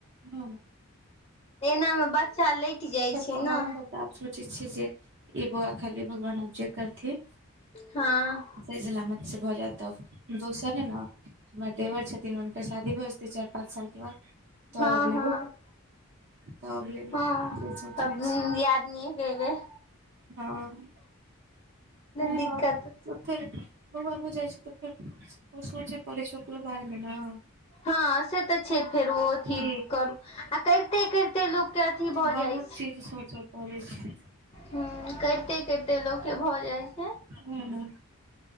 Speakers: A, on the right; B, on the left.
A: हू
B: एनामे बच्चा लैट जाय छै
A: तऽ
B: न
A: हमसभ तऽ आब सोचै छियै जे ई बौआ खाली भगवान अब जे करथि
B: हँ
A: सही सलामत से भऽ जाय त दोसर हय न हमर देवर छथिन हुनकर शादी भ जेतै चारि पाँच साल के बाद तब
B: हँ
A: लेबै
B: हँ
A: तब लेबै
B: हँ
A: से सोचने
B: तब दूनु
A: छी
B: दियादनी एके बेर
A: हँ नहि
B: दिक्कत
A: बाबू फेर बौआ स्कूल जाय छै तऽ फेर सोचे पड़ै छै ओकरो बारे मे ने
B: हँ से तऽ छै फेर ओ अथी
A: कि
B: करू आ करिते करिते लोकके अथी भऽ
A: बहुत
B: जाइ
A: चीज सोचऽ पड़ै छै
B: हूँ करिते करिते लोक के भ जाय छै
A: हू ह